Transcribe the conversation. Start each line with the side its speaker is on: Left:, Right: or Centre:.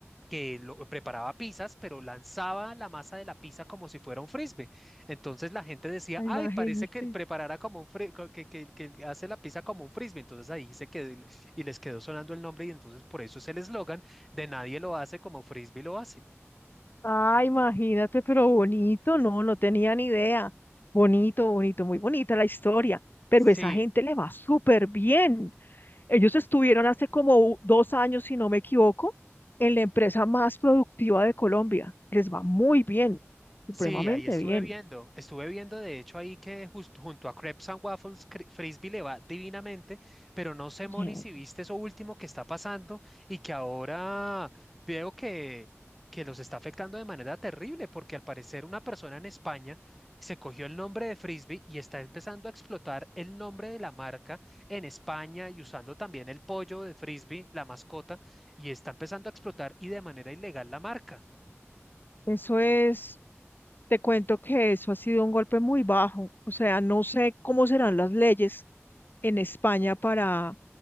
Centre: que lo, preparaba pizzas, pero lanzaba la masa de la pizza como si fuera un frisbee. Entonces la gente decía,
Left: Ah,
Centre: ay,
Left: Imagínate.
Centre: parece que preparara como un fri- co- que, que, que hace la pizza como un frisbee. Entonces ahí se quedó el- y les quedó sonando el nombre y entonces por eso es el eslogan de nadie lo hace como frisbee lo hace.
Left: Ah, imagínate, pero bonito, no, no tenía ni idea. Bonito, bonito, muy bonita la historia. Pero
Centre: Sí,
Left: esa gente le va súper bien. Ellos estuvieron hace como u- dos años, si no me equivoco, en la empresa más productiva de Colombia. Les va muy bien, supremamente
Centre: Sí, ahí estuve
Left: bien.
Centre: viendo, estuve viendo de hecho ahí que justo junto a Crepes and Waffles Cri- Frisbee le va divinamente, pero no sé, Moni,
Left: Sí.
Centre: si viste eso último que está pasando y que ahora veo que, que los está afectando de manera terrible, porque al parecer una persona en España se cogió el nombre de Frisbee y está empezando a explotar el nombre de la marca en España y usando también el pollo de Frisbee, la mascota, y está empezando a explotar y de manera ilegal la marca.
Left: Eso es Te cuento que eso ha sido un golpe muy bajo. O sea, no sé cómo serán las leyes en España para,